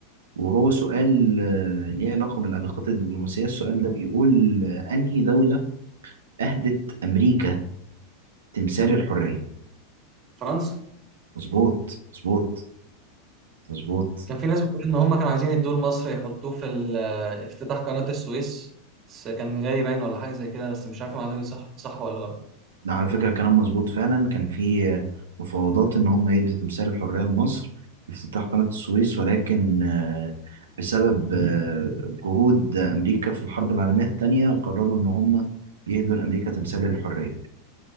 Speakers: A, on the right; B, on the right.
A: وهو سؤال آه، ليه علاقة بالعلاقات الدبلوماسية السؤال ده بيقول آه، أنهي دولة أهدت أمريكا تمثال الحرية
B: فرنسا
A: مظبوط مظبوط مظبوط
B: كان في ناس بتقول ان هم كانوا عايزين يدوه لمصر يحطوه في ال- افتتاح قناة السويس بس كان غالي باين ولا حاجة زي كده بس مش عارف المعلومة دي صح صح ولا غلط
A: ده على فكرة كلام مظبوط فعلا كان في مفاوضات إن هم يدوا تمثال الحرية لمصر في افتتاح قناة السويس ولكن آه، بسبب آه، جهود أمريكا في الحرب العالمية التانية قرروا إن هم يهدوا لأمريكا تمثال الحرية